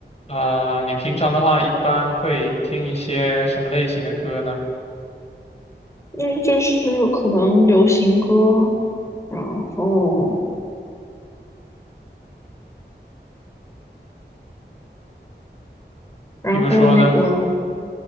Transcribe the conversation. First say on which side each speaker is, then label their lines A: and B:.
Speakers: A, on the left; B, on the left.
A: 啊，你平常的话一般会听一些什么类型的歌呢？
B: 因为就是可能流行歌，然后然后那个
A: 比如说呢？